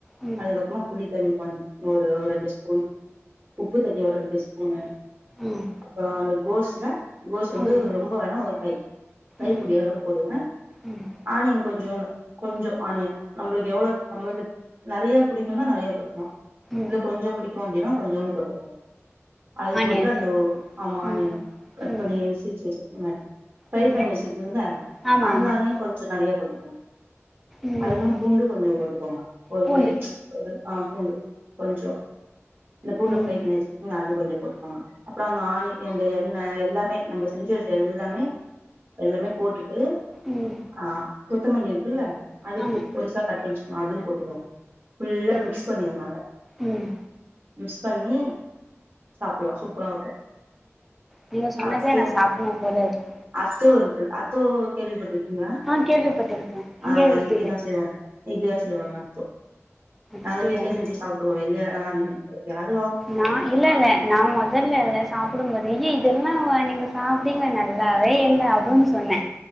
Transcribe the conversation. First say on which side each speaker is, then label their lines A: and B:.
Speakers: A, in the centre; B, on the right.
A: ம்
B: அதுக்கப்புறமா புளி தண்ணி பண்ணு ஒரு ரெண்டு ஸ்பூன் உப்பு தண்ணி ஒரு ரெண்டு ஸ்பூனு
A: ம்
B: அப்பறோ அந்த கோஸ்ல கோஸ் வந்து
A: ஆமாம்
B: ரொம்ப வேணா ஒரு கை கைப்புடி
A: ம்
B: அளவு போதுங்க
A: ம்
B: ஆனியன் கொஞ்சோன்னு கொஞ்சோ ஆனியன் நம்மளுக்கு எவ்வளோ நம்மளுக்கு நெறைய புடிக்குன்னா நெறைய போட்டுக்கு
A: ம்
B: இல்ல கொஞ்சோ புடிக்கு அப்டின்னா கொஞ்சோன்டு போட்டுகலா அது
A: ஆனியன்
B: போட்டு அந்த ஓ ஆமா ஆனியன்
A: ம்
B: கட்
A: ம்
B: பண்ணி வசிச்சு வச்சிருக்கீங்க ஃப்ரை
A: ம்
B: பண்ணி வச்சிருக்கீங்கள
A: ஆமாம் ஆமாம்
B: அந்த ஆனியன் கொஞ்சோ நெறைய போட்டுக்கோங்க
A: ம்
B: அதுமாரி பூண்டு கொஞ்சோ போட்டுக்கோங்க ஒரு
A: பூண்டு
B: கை ஒரு ஆ பூண்டு கொஞ்சோ இந்த பூண்டு
A: ம்
B: ஃப்ரை பண்ணி வச்சுக்கா அது கொஞ்சோ போட்டுக்கோங்க அப்புறோ அந்த ஆணி இந்த எண்ணெ எல்லாமே நம்ம செஞ்சு வச்ச எல்லாமே எல்லமே போட்டுட்டு
A: ம்
B: ஆ கொத்தமல்லி இருக்குல்ல அது
A: ஆமாம்
B: பொடிசா கட் பண்ணிச்சுக்கு அதுவு போட்டுகோங்க ஃபுல்லா
A: சரி
B: மிக்ஸ் பண்ணியர்னு அத
A: ம்
B: மிக்ஸ் பண்ணி சாப்ட்லா சூப்பரா இருக்கு
A: நீங்க சொன்னதே
B: அத்தோ
A: நா சாப்புட்னு போல இருக்
B: அத்தோ இருக்கு அத்தோ கேள்விப்பட்டிருக்கீங்களா
A: ஆ கேள்விப்பட்டிருக்கேன்
B: ஆ
A: இங்கே விற்கிது
B: இப்டிதா செய்வாங்க இப்டிதா செய்வாங்க அத்தோ நாங்க
A: அப்படியா
B: வீட்லே செஞ்சு சாப்புட்டுவோ வெளிய வாங்க யாரூ
A: நா இல்ல இல்ல நா மொதல்ல ல்ல சாப்புடும்மோது ஏ இதெல்லா வ நீங்க சாப்டிங்க நல்லாவே இல்ல அப்புன்னு சொன்னே